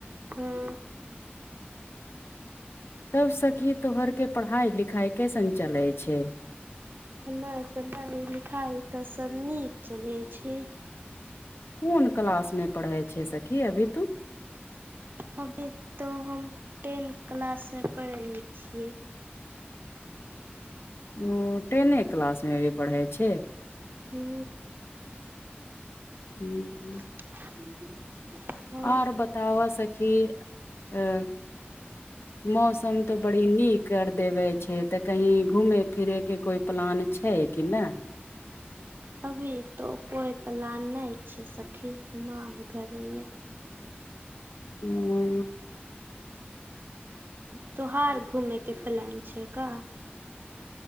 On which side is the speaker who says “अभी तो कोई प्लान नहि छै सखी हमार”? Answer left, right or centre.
Right